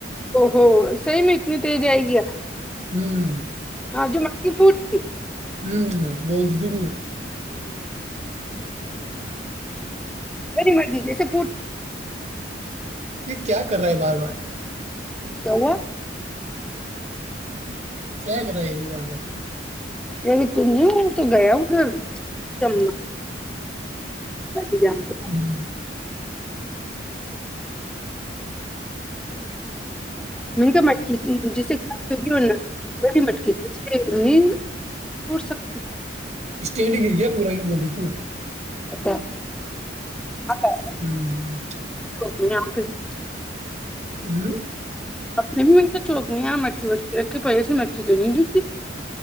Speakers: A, in the centre; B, on the right (about 35°).
A: او ہو سیم اتنی تج ہے گیا
B: ہوں
A: ہ جو م کی فوڈ کی
B: ہوں بولتی ت بھی
A: مری مرضی جیسے پٹ
B: یہ کیا کر رہا ہے بار بار
A: کہا
B: کیا کر رہای ب
A: ا ت نہیں تو گیا ا گ جمنا ی جان کے
B: ہوں
A: منگا مٹکی جیسے کھی ہوگی نا بڑی مٹکی جے ن توڑ سکتے <unintelligible>
B: اسٹینڈنگ ارییا پورا ہی بول رہی تا <unintelligible>
A: ا
B: ہوں
A: <inaudible>
B: <unintelligible>
A: ک نہیں یہاں پہ <unintelligible>
B: ہوں <unintelligible>
A: اپ نے بھی م تو چوک نہیں آ مرچی ر کے پائی ا مرچی تو نہیں جتی